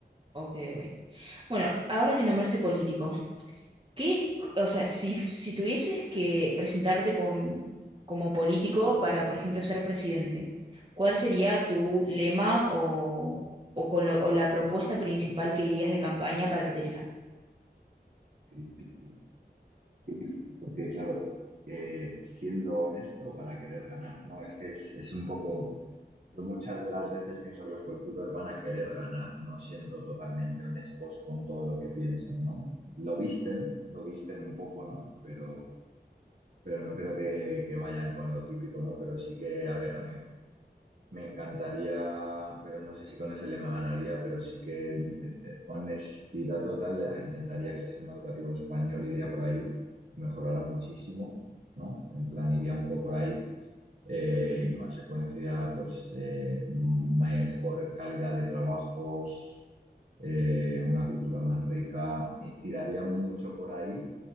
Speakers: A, on the right (about 30°); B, on the right (about 55°).
A: ok, ok. Bueno, ahora que nombraste político. ¿Qué, o sea, si, si tuvieses que presentarte con, como político para, por ejemplo, ser presidente, ¿cuál sería tu lema o, o con lo- o la propuesta principal que irías de campaña para que te elijan?
B: Qué difícil, qué difícil, porque claro, eh, siendo honesto para querer ganar, ¿no? Es que es, es un poco... Yo muchas de las veces pienso que los políticos van a querer ganar, no siendo totalmente honestos con todo lo que piensan, ¿no? Lo visten, lo visten un poco, ¿no? Pero, pero no creo que, que vayan con lo típico, ¿no? Pero sí que, a ver, a mí me encantaría, pero no sé si con ese lema ganaría, pero sí que eh, eh, honestidad total, eh, intentaría que el sistema educativo español iría por ahí, mejorara muchísimo, ¿no? En plan, iría un poco por ahí eh,
A: Ok,
B: en consecuencia, pues eh, mejor calidad de trabajos, eh, una cultura más rica, y tiraría mucho por ahí.